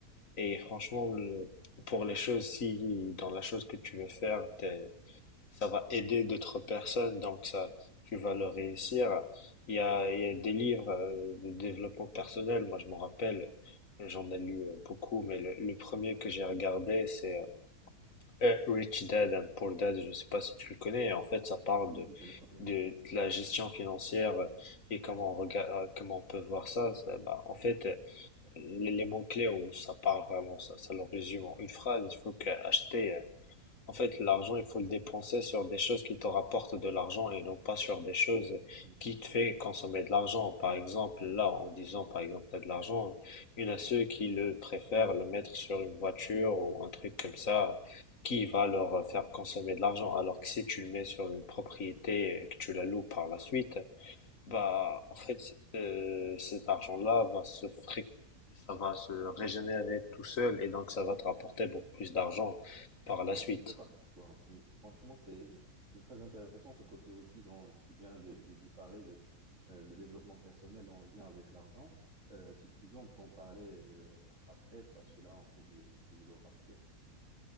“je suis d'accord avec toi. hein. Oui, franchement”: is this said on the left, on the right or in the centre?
Right